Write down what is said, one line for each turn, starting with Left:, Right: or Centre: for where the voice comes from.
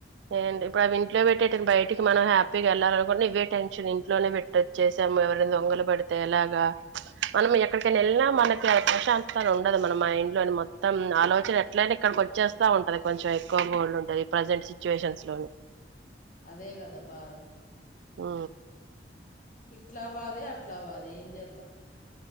Right: ఏం ఇప్పుడు అవి ఇంట్లో పెట్టేటండి బయటికి మనం హ్యాపీగా వెళ్ళాలినుకుంటని ఇవ్వే టెన్షన్ ఇంట్లోనే పెట్ొచ్చేసాము ఎవరైనా దొంగలు పడితే ఎలాగా మనం ఎక్కడికైనా వెళ్ళినా మనకి ప్రశాంతత ఉండదు మన మా ఇండ్లోని మొత్తం ఆలోచన ఎట్లయినా ఇక్కడికి వచ్చేస్తా ఉంటది కొంచెం ఎక్కువ గోల్డ్ ఉంటది ప్రజెంట్ సిచ్యువేషన్స్ లోని
Left: అదే కదా బాధ
Right: ఆ
Left: ఇట్లా వాద అట్లా వాద ఏంది చెధమ్